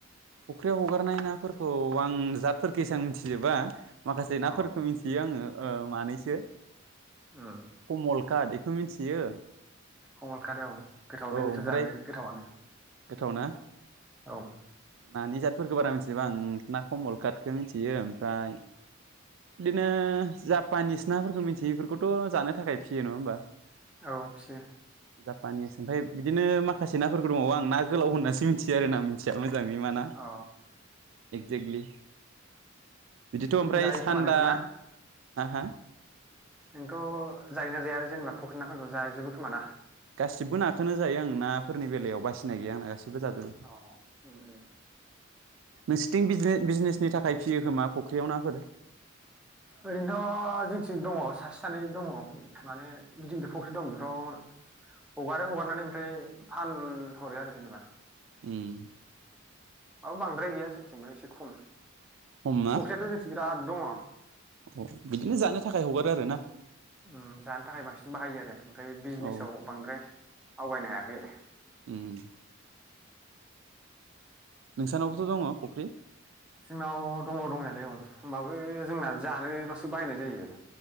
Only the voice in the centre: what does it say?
औ
उम
कमल खाद औ गोथावलै
बेथ'
जानो, गोथावानो।
औ
औ फियो।
अ
जायो
खोमा नोंथ' ना
नोंथ' जायोना जाया जोंना फुख्रिनि नाफोरखौ जाजोबो खोमा ना?
अ उम उम
ओरैनोथ' जोंथि दंङ सासे सानै दंङ माने गिदिर गिदिर फुख्रि दं बेफोराव हगारो हगारनानै ओमफ्राय फान हरो आरो जेनेबा।
औ बांद्राय गैया जोंथिंबो एसे खम।
फख्रिथ' जोंसिं बिराद दंङ।
उम जानो थाखाय बांसिन बाहायो आरो। ओमफ्राय बिजनेसाव
बांद्राय आवगायनो हायाखै।
जोंनाव दंङ' दंनायालाय औ होमबाबो जोंना जानोल'सो बाहायनाय जायो।